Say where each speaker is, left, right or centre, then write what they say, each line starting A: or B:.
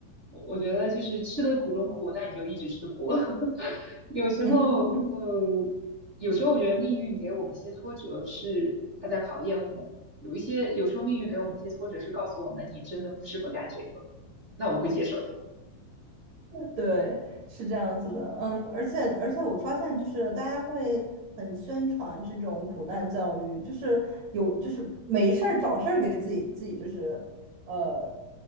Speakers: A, on the right; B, on the right.
A: 我我觉得就是吃得苦中苦，那你就一直吃苦。<laughs> 有时候，
B: <laughs>
A: 呃，有时候我觉得命运给我们一些挫折，是他在考验我们。有一些，有时候命运给我们一些挫折，是告诉我们你真的不适合干这个。那我会接受它。
B: 对，是这样子的，
A: 嗯
B: 嗯，而且而且我发现就是大家会很宣传这种苦难教育，就是有就是没事儿找事儿给自己自己就是呃